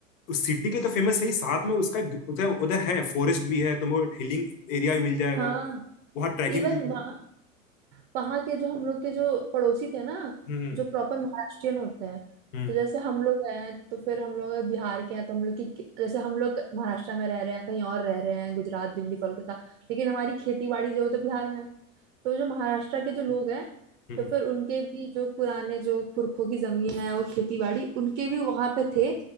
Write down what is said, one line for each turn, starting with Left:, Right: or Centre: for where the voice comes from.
Left: उस सिटी के तो फेमस है ही साथ में उसका उधर उधर है फॉरेस्ट भी है तुम्हें हिलिंग एरिया भी मिल जाएगा
Right: हाँ
Left: वहाँ ट्रैकिंग
Right: इवन
Left: मिल जाएगा
Right: वहाँ वहाँ के जो हम लोग के जो पड़ोसी थे ना
Left: हम्म हम्म।
Right: जो प्रॉपर महाराष्ट्रियन होते हैं
Left: हम्म
Right: तो जैसे हम लोग हैं तो फिर हम लोग अगर बिहार के हैं तो हम लोग की जैसे हम लोग महाराष्ट्र में रह रहे हैं कहीं और रह रहे हैं गुजरात दिल्ली कोलकाता लेकिन हमारी खेती बाड़ी जो है वो तो बिहार में है तो जो महाराष्ट्र के जो लोग हैं
Left: हम्म
Right: तो फिर उनके भी जो पुराने जो पुरखों की जमीन है वो खेती बाड़ी उनके भी वहां पे थे